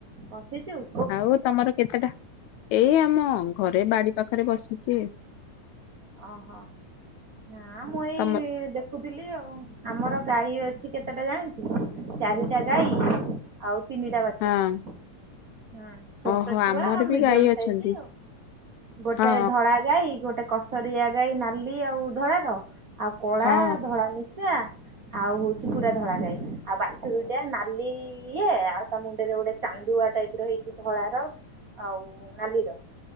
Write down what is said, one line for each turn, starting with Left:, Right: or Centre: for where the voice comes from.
Right: ବସିଚୁ।
Left: ଆଉ ତମର କେତେଟା? ଏଇ ଆମ ଘରେ ବାଡି ପାଖରେ ବସିଚି।
Right: ଅହୋ, ନା ମୁଁ ଏଇ
Left: ତମ
Right: ଦେଖ୍ ଦେଖୁଥିଲି ଆଉ। ଆମର ଗାଈ ଅଛି କେତେଟା ଜାଣିଚୁ, ଚାରିଟା ଗାଈ, ଆଉ ତିନିଟା ବାଛୁରି।
Left: ହଁ
Right: ହୁଁ ଛୋଟ
Left: ଓହୋ
Right: ଛୁଆ,
Left: ଆମର
Right: ଆଉ
Left: ବି
Right: ମିଡିୟମ
Left: ଗାଈ ଅଛନ୍ତି।
Right: ସାଇଜି ଆଉ ଗୋଟାଏ
Left: ହଁ
Right: ଧଳା ଗାଈ ଗୋଟେ କସରିଆ ଗାଈ ନାଲି ଆଉ ଧଳାର ଆଉ କଳା
Left: ହଁ
Right: ଧଳା ମିସ୍ ସେ ଆ ଆଉ ହୋଉଚି ପୁରା ଧଳାଗାଈ ଆଉ ବାଛରୁଟା ନାଲି ଇଏ, ଆଉ ତା ମୁଣ୍ଡରେ ଗୋଟେ ଚାନ୍ଦୁଆ ଟାଇପ ଟାଇପିର ହେଇଚି ଧଳାର ଆଉ ନାଲିର।